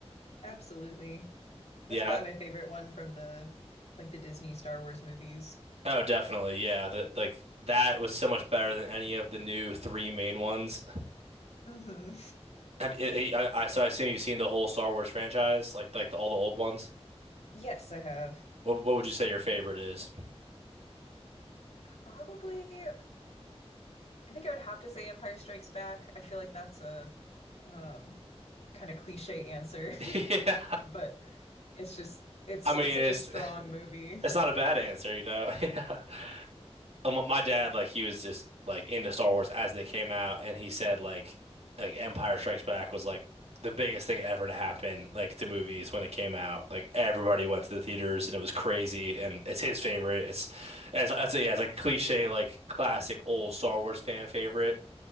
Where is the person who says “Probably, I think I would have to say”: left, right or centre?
Left